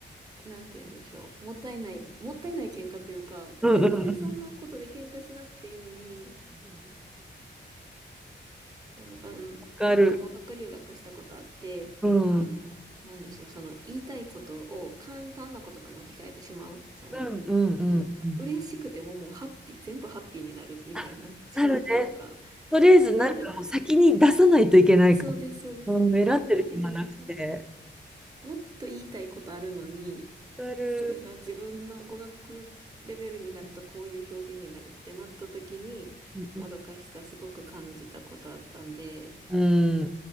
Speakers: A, on the right; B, in the centre.
A: う、なんて言うんでしょう。もったいない、もったいない喧嘩というか、
B: うん、
A: 全然そんなことで喧嘩しなくていいのに、
B: うん、
A: でも、あの、
B: わかる。
A: あの語学留学したことあって、
B: うん、
A: あの、
B: うん、
A: なんでしょう、その言いたいことを簡単な言葉に置き換えてしまう。その、
B: うん、
A: なんか嬉しくてももうハッピー、
B: うん。
A: 全部ハッピーになるみたいな状況とか、
B: あ、なるね。とりあえず、なんかもう先に出さないといけないかも。
A: ある、そうです、そうです。
B: うん、選ってる暇なくて。
A: 出さないといけないから。もっと言いたいことあるのに、
B: わかる。
A: それが自分の語学レベルになるとこういう表現になるってなった時に、
B: うん、
A: もどかしさすごく感じたことあったんで、
B: うん、